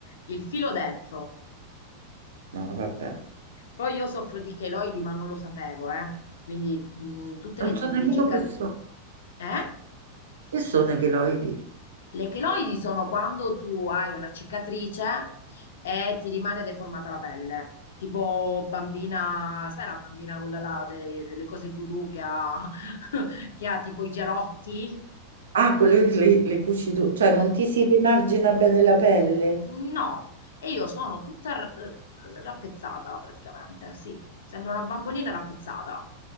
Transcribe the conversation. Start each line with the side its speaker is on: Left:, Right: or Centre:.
Left: il filo dentro.
Right: No, vabbè.
Left: Poi io soffro di cheloidi, ma non lo sapevo, eh. Quindi mh, tutte
Right: Non
Left: le,
Right: so nemmeno
Left: le cicatrici...
Right: persone.
Left: Eh?
Right: Che sono i cheloidi?
Left: Le cheloidi sono quando tu hai una cicatrice e ti rimane deformata la pelle. Tipo bambina, sai la bambina quella là de- delle cose voodoo che ha, <laughs> che ha tipo i gerotti?
Right: Ah, con le, le, le cucito, cioè non
Left: No.
Right: ti si rimargina bene la pelle.
Left: No, e io sono tutta r- r- rappezzata praticamente, sì, sembra una bambolina rappezzata,